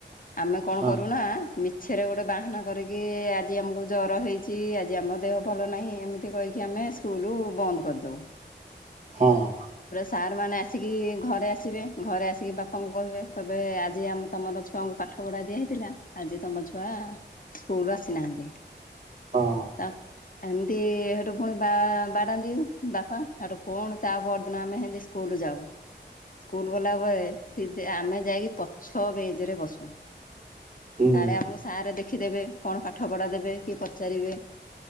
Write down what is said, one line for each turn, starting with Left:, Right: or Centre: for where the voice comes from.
Left: ଆମେ କଣ
Right: ହଁ
Left: କରୁନା ମିଛରେ ଗୋଟେ ବାହାନା କରିକି ଆଜି ଆମକୁ ଜର ହେଇଛି ଆଜି ଆମ ଦେହ ଭଲ ନାହିଁ ଏମିତି କହିକି ଆମେ ସ୍କୁଲ ବନ୍ଦ କରି ଦଉ।
Right: ହଁ।
Left: ସାରମାନେ ଆସିକି ଘରେ ଆସିବେ ଘରେ ଆସିକି ବାପାଙ୍କୁ କହିବେ କହିବେ ଆଜି ଆମେ ତମର ଛୁଆଙ୍କୁ ପାଠ ପାଠ ପଢା ଦିଆ ହେଇଥିଲା ଆଜି ତମ ଛୁଆ ସ୍କୁଲ ଆସିନାହାନ୍ତି।
Right: ହଁ।
Left: ତାପ ଏମିତି ହେଠୁ ପୁଣି ବା ବାଡାନ୍ତି ବାପା ହେଠୁ ପୁଣି ତାପର <unintelligible> ସ୍କୁଲ ଯାଉ। ସ୍କୁଲ ଗଲାବେଳେ ସି ଆମେ ଯାଇକି ପଛ ବେଞ୍ଚରେ ବସୁ।
Right: ହୁଁ
Left: କାଳେ ଆମକୁ ସାର୍ ଦେଖିଦେବେ କଣ ପାଠ ପଢା ଦେବେ କି ପଚାରିବେ?